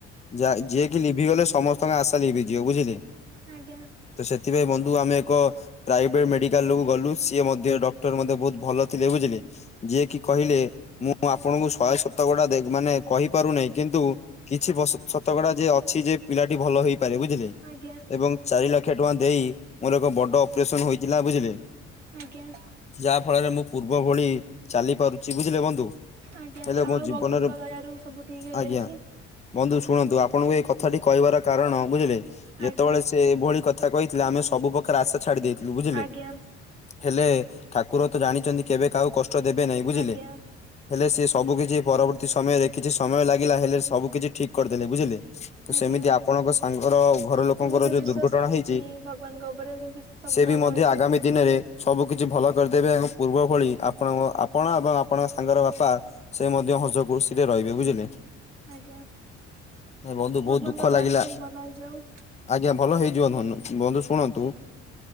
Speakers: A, on the left; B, on the right.
A: ଯା ଯିଏକି ଲିଭିଗଲେ ସମସ୍ତଙ୍କ ଆଶା ଲିଭିଯିବ ବୁଝିଲେ।
B: ଆଜ୍ଞା।
A: ତ ସେଥିପାଇଁ ବନ୍ଧୁ ଆମେ ଏକ ପ୍ରାଇଭେଟ୍ ମେଡିକାଲ୍ କୁ ଗଲୁ, ସିଏ ମଧ୍ୟ ଡକ୍ଟର ମଧ୍ୟ ବହୁତ୍ ଭଲ ଥିଲେ ବୁଝିଲେ। ଯିଏକି କହିଲେ ମୁଁ ଆପଣଙ୍କୁ ଶହେ ସତକଡ଼ା ଦେ ମାନେ କହିପାରୁନାହିଁ, କିନ୍ତୁ କିଛି ବ ଶତକଡା ଯେ ଅଛି ଯେ ପିଲାଟି ଭଲ ହେଇପାରେ ବୁଝିଲେ।
B: ଆଜ୍ଞା
A: ଏବଂ ଚାରି ଲାକ୍ଷେ ଟଙ୍କା ଦେଇ ମୋର ଏକ ବଡ ଅପରେସନ୍ ହୋଇଥିଲା ବୁଝିଲେ।
B: ଆଜ୍ଞା।
A: ଯାହା ଫଳରେ ମୁଁ ପୂର୍ବ ଭଳି ଚାଲି ପାରୁଚି, ବୁଝିଲେ ବନ୍ଧୁ?
B: ଆଜ୍ଞା
A: ହେଲେ
B: ଯାହାଉ
A: ମୋ ଜୀବନରେ
B: ଭଗବାନଙ୍କ ଦୟାରୁୁ ସବୁ ଠିକ୍ ହେଇଯାଇଛି।
A: ଆଜ୍ଞା ବନ୍ଧୁ ଶୁଣନ୍ତୁ ଆପଣଙ୍କୁ ଏଇ କଥାଟି କହିବାର କାରଣ ବୁଝିଲେ, ଯେତବଳେ
B: ଆଜ୍ଞା
A: ସେ ଏଭଳି କଥା କହିଥିଲେ, ଆମେ ସବୁ ପ୍ରକାର ଆଶା ଛାଡି ଦେଇେଇଥିଲୁ ବୁଝିଲେ।
B: ଆଜ୍ଞା
A: ହେଲେ, ଠାକୁର ତ ଜାଣିଚନ୍ତି କେବେ କାହାକୁ କଷ୍ଟ ଦେବେ ନାହିଁ, ବୁଝିଲେ।
B: ଆଜ୍ଞା
A: ହେଲେ ସେ ସବୁକିଛି ପରବର୍ତ୍ତୀ ସମୟରେ କିଛି ସମୟ ଲାଗିଲା ହେଲେ ସବୁ କିଛି ଠିକ୍ କରିଦେଲେ ବୁଝିଲେ।
B: ଆଜ୍ଞା
A: ସେମିତି ଆ ପଣଙ୍କ ସାଙ୍ଗର ଘର ଲୋକଙ୍କର
B: ମୁଁ ବି
A: ଯୋଉ
B: ବିଶ୍ଵାସ
A: ଦୁର୍ଘଟଣା
B: ରଖିଛି
A: ହେଇଚି,
B: ଭଗବାନଙ୍କ ଉପରେ କେମିତି ସବୁ
A: ସେ
B: ଭଲ
A: ବି ମଧ୍ୟ
B: ହେଇଯାଉ
A: ଆଗାମୀ ଦିନରେ ସବୁ କିିଛି ଭଲ କରିଦେବେ ଏବଂ ପୂର୍ବ ଭଳି ଆ ପଣଙ୍କ ଆପଣ ଏବଂ ଆପଣଙ୍କ ସାଙ୍ଗର ବାପା ସେ ମଧ୍ୟ ହସ ଖୁସିରେ ରହିବେ ବୁଝିଲେ।
B: ଆଜ୍ଞା,
A: ନାଇଁ ବନ୍ଧୁ ବହୁତ
B: ଭଗବାନଙ୍କ
A: ଦୁଃଖ
B: ଦୟାରୁ
A: ଲାଗିଲା।
B: ସବୁ ଭଲ ହେଇଯାଉ।
A: ଆଜ୍ଞା, ଭଲ ହେଇଯିବ <unintelligible> ବନ୍ଧୁ ଶୁଣନ୍ତୁ